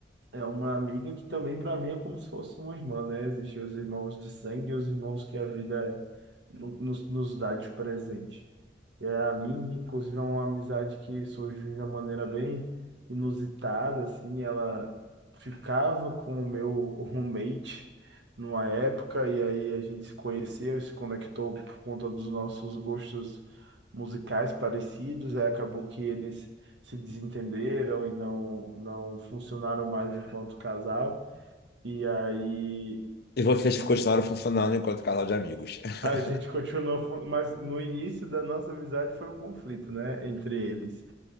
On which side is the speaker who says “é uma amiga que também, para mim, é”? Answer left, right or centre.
Right